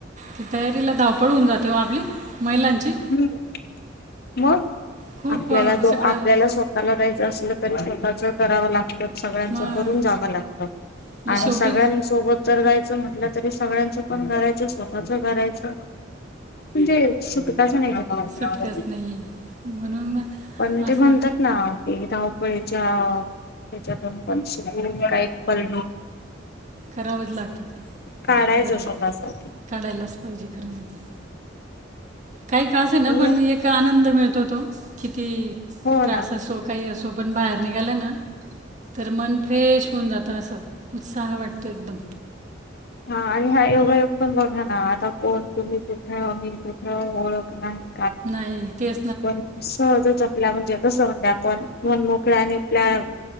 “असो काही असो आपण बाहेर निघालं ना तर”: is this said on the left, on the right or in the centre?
Right